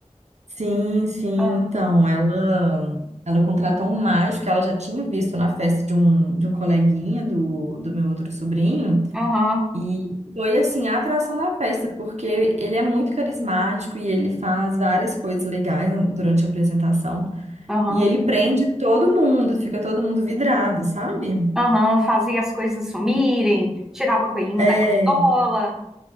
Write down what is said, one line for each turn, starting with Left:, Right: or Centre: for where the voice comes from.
Right: Sim, sim,
Centre: Ah,
Right: então, ela ela contratou um mágico que ela já tinha visto na festa de um, de um coleguinha do, do meu outro sobrinho,
Centre: Aham,
Right: e foi, assim, a atração da festa, porque ele é muito carismático e ele faz várias coisas legais durante a apresentação,
Centre: aham,
Right: e ele prende todo mundo, fica todo mundo vidrado, sabe?
Centre: aham. Fazia as coisas sumirem, tirava coelhinho
Right: É.
Centre: da cartola.